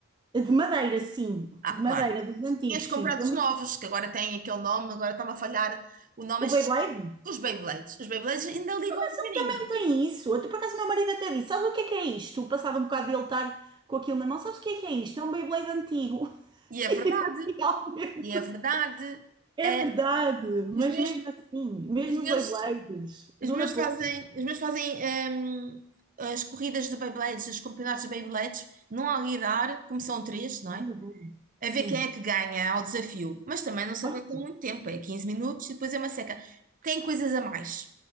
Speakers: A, on the right; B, on the right.
A: De madeira, sim.
B: Ah,
A: De madeira,
B: claro.
A: dos antigos,
B: Este comprado
A: sim. Foi
B: os
A: muito-
B: novos, que agora têm aquele nome, agora está-me a falhar o nome.
A: O
B: Estes,
A: Beyblade?
B: os Beyblades. Os Beyblades ainda ligam
A: Mas
B: um bocadinho.
A: ele também tem isso. Até por acaso, meu marido até disse: Sabes o que é que é isto? Passado um bocado de ele estar com aquilo na mão, sabes o que é que é isto? É um Beyblade antigo. <laughs>
B: E é verdade.
A: E eu, realmente.
B: E é verdade.
A: É
B: É,
A: verdade, mas
B: os meus,
A: mesmo assim, mesmo
B: os meus,
A: os Beyblades,
B: os
A: dura
B: meus
A: pouco.
B: fazem, os meus fazem hum, as corridas de Beyblades, os campeonatos de Beyblades, não há lidar, como são três, não
A: Olha,
B: é?
A: bom.
B: a
A: Sim.
B: ver quem é que ganha ao desafio, mas também não se
A: Olha,
B: aguenta
A: aqui.
B: muito tempo, é 15 minutos e depois é uma seca. Tem coisas a mais,